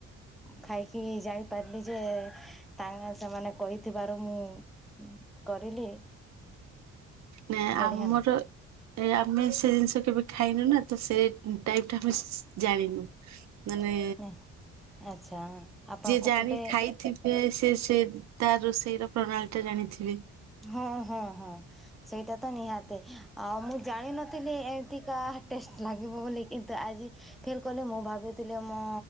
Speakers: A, in the centre; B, on the right.
A: ଖାଇକି ଜାଣିପାରିଲି ଯେ ତାଙ୍କ ସେମାନେ କହିଥିବାରୁ ମୁଁ କରିଲି।
B: ନା ଆମର
A: ବଢ଼ିଆ
B: ଏ ଆମେ ସେ ଜିନିଷ କେବେ ଖାଇନୁ ନା ତ ସେ ଟାଇପ ଟା ଆମେ ଜାଣିନୁ। ମାନେ,
A: ଲାଗେ ଆଚ୍ଛା ଆପଣଙ୍କ
B: ଯିଏ ଜାଣି
A: ପଟେ
B: ଖାଇଥି ସେ ସେ ସେ ତ ରୋଷେଇ ର ପ୍ରଣାଳୀ ଟା ଜାଣିଥିବେ।
A: ହଁ ହଁ ହଁ। ସେଇଟା ତ ନିହାତି। ଆଉ ମୁଁ ଜାଣିନଥିଲି ଏମିତିକା ଟେଷ୍ଟ ଲାଗିବ ବୋଲି। କିନ୍ତୁ ଆଜି ଫିଲ୍ କଲି ମୁଁ ଭାବିଥିଲି ମୋ